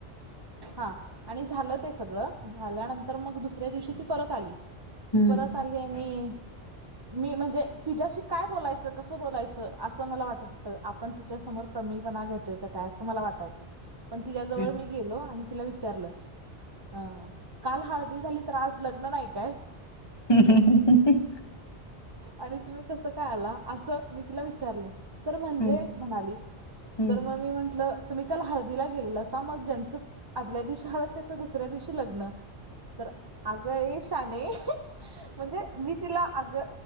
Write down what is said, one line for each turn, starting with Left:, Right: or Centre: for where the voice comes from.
Right: हां आणि झालं ते सगळं.. झाल्यानंतर मग दुसऱ्या दिवशी ती परत आली.
Left: हम्म
Right: परत आली आणि
Left: <unintelligible>
Right: मी म्हणजे अ तिच्याशी काय बोलायचं कसं बोलायचं असं मला वाटत होतं. आपण तिच्यासमोर कमीपणा घेतोय का काय असं मला वाटायचं पण तिच्या जवळ
Left: हं.
Right: मी गेलो आणि तिला विचारलं अ आं काल हळदी झाली तर आज लग्न नाही काय
Left: हम्म हम्म हं हं हं
Right: आणि तुम्ही कसं काय आला आसं मी तिला विचारलं तर म्हणजे
Left: हं,
Right: म्हणाली
Left: हं,
Right: तर मग मी म्हंटलं तुम्ही काल हळदीला गेल अस मग ज्यांचं आदल्या दिवशी हाडत त्याचं दुसऱ्या दिवशी लग्न तर आगयशाने म्हणजे मी तिला आग